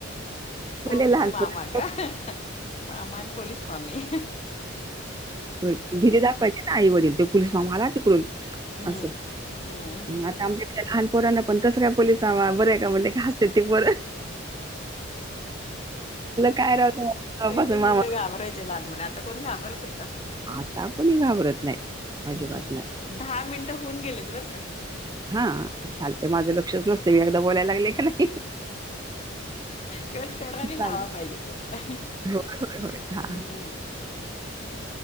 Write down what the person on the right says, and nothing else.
भले लहानपण
भीती दाखवायचीे ना आई वडील ते पोलीस मामला तिकडून
अस
म आता आमचे लहानपोरांना पण कसं काय पोलिसवा बरेय का म्हटले का असते ते पोर काय राव मामा
बसा मामा
आता कोणी घाबरत नाही अजिबात
नाही.
हा चालतेय माझं लक्षच नसते मी एकदा बोलायला लागले का नाही
चालेल.
होय, होय, होय. हां.